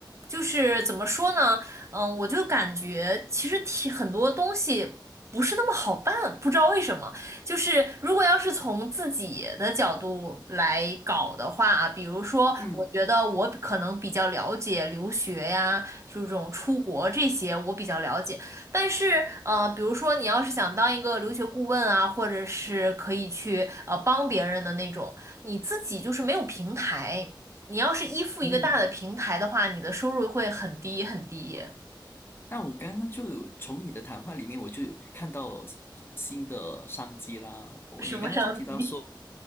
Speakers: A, on the right; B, on the left.
A: 就是怎么说呢？嗯，我就感觉其实挺很多东西不是那么好办，不知道为什么。就是如果要是从自己的角度来搞的话，比如说，
B: 嗯
A: 我觉得我可能比较了解留学呀，就这种出国这些我比较了解。但是，呃，比如说你要是想当一个留学顾问啊，或者是可以去呃帮别人的那种，你自己就是没有平台。你要是依附一个大的平台的话，
B: 嗯，
A: 你的收入会很低很低，
B: 那我刚刚就有从你的谈话里面，我就有看到新的商机啦。我你刚刚就提到说，
A: 什么商机。<laughs>